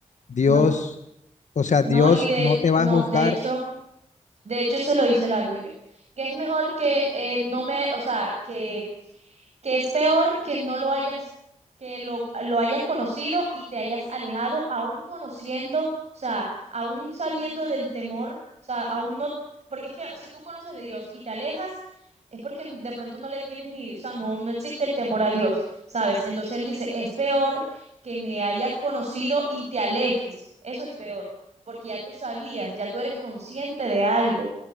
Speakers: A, on the left; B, on the right.
A: Dios,
B: no.
A: o sea,
B: No,
A: Dios
B: y de
A: no te va
B: no,
A: a juzgar,
B: de hecho, de hecho eso lo dice la Biblia, que es mejor que eh, no me, o sea, que que es peor que no lo hayas, que lo, lo hayas conocido y te hayas alejado, aún conociendo, o sea, aún sabiendo del temor, o sea, aún no, porque es que si tú conoces de Dios y te alejas, es porque de pronto no le tienes ni, o sea, no, no existe el temor a Dios, ¿sabes? Entonces él dice, es peor que me hayas conocido y te alejes, eso es peor, porque ya tú sabías, ya tú eres consciente de algo,